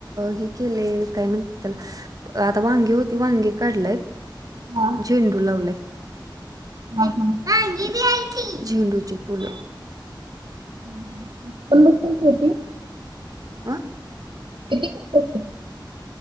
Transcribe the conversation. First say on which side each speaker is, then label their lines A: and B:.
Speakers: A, on the right; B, on the right.
A: हि केले काय म्हणतेत त्याला आता वांगी होती वांगी काढलेत.
B: हा.
A: झेंडू लावलाय.
B: हा
A: ए
B: हा
A: वांगी बी हाय की, झेंडूची फुलं.
B: <unintelligible>
A: आ?
B: किती <unintelligible>